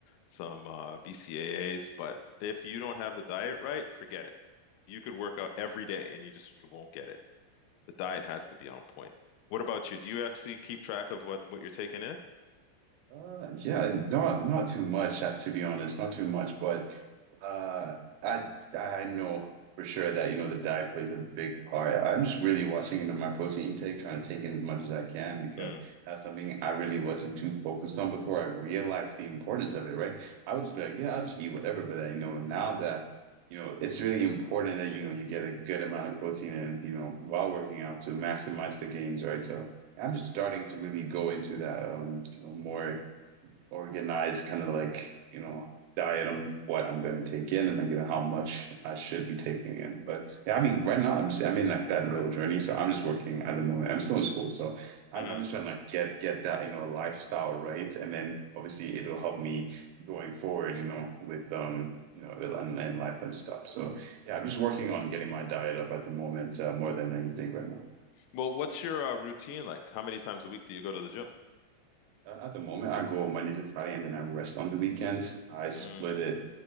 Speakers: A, on the left; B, on the right.
A: some uh, BCAAs. But if you don't have the diet right, forget it. You could work out every day and you just you won't get it. The diet has to be on point. What about you? Do you actually keep track of what what you're taking in?
B: Uh, yeah, not not too much, uh, to be honest, not too much. But Uh, I I know for sure that you know the diet plays a big part. I'm just really watching into my protein intake, trying to take in as much as I can because
A: Mm,
B: that's something I really wasn't too focused on before I realized the importance of it, right? I would just be like, yeah, I'll just eat whatever, but then, you know, now that you know, it's really important that you know you get a good amount of protein and you know while working out to maximize the gains, right? So I'm just starting to really go into that um, you know, more organized kind of like, you know, diet on what I'm going to take in and then, you know, how much I should be taking in. But yeah, I mean, right now I'm just, I'm in like that real journey. So I'm just working at the moment. I'm still in school. So I'm,
A: mm.
B: I'm just trying to like get, get that, you know, lifestyle right. And then obviously it will help me going forward, you know, with, um, you know, and, and life and stuff. So yeah, I'm just working on getting my diet up at the moment, uh, more than anything right now.
A: Well, what's your uh, routine like? How many times a week do you go to the gym?
B: Uh, at the moment, I go Monday to Friday and then I rest on the weekends. I split
A: Mm,
B: it